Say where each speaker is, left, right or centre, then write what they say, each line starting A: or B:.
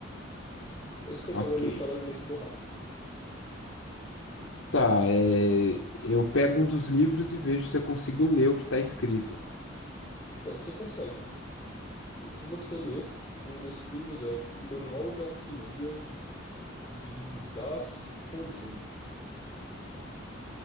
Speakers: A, on the left; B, on the left.
A: Esse pentagrama
B: ok.
A: ele está levemente borrado.
B: Tá, é, eu pego um dos livros e vejo se eu consigo ler o que tá escrito.
A: É, você consegue. O que você lê em um desses livros é Manual de Alquimia de Zaz Rodin.